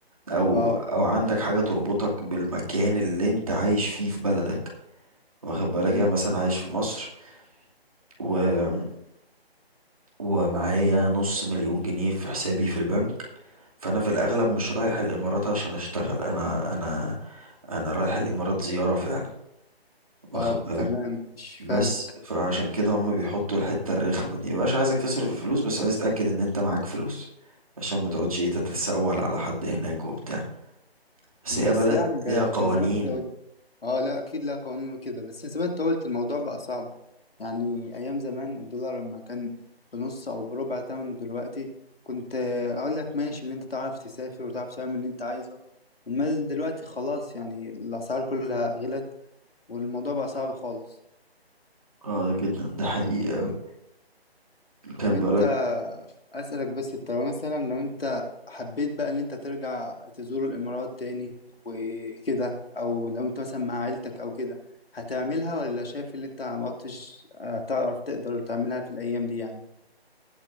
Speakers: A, on the right (about 35°); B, on the left (about 65°).
A: او
B: اه
A: او عندك حاجة تربطك بالمكان اللي انت عايش فيه في بلدك واخد بالك
B: مم.
A: يعني مثلا عايش في مصر و ومعايا نص مليون جنيه في حسابي في البنك فانا في الاغلب مش رايح الامارات عشان اشتغل انا انا انا رايح الامارات زيارة فعلا واخد
B: اه
A: بالك
B: تمام مش
A: بس
B: فاهمك
A: فعشان كده هم بيحطوا الحتة الرخمة دي مبقاش عايزك تصرف الفلوس بس عايز تتأكد ان انت معاك فلوس عشان ما تقعدش ايه تتسول على حد هناك وبتاع بس
B: بس
A: هي بلد
B: يعني بت-
A: ليها قوانين
B: زي ما انت اه لا اكيد لا قوانين وكده بس زي ما انت قلت الموضوع بقى صعب يعني ايام زمان الدولار لما كان بنص او بربع تمن دلوقتي كنت آه، اقول لك ماشي اللي انت تعرف تسافر وتعرف تعمل اللي انت عايزه امال دلوقتي خلاص يعني الاسعار كلها غلت والموضوع بقى صعب خالص
A: اه جدا ده حقيقي أوي كان
B: طب انت
A: بالك
B: اسالك بس انت لو مثلا لو انت حبيت بقى ان انت ترجع تزور الامارات تاني وكده او لو انت مثلا مع عيلتك او كده هتعملها ولا شايف ان انت ما عدتش هتعرف تقدر تعملها في الايام دي يعني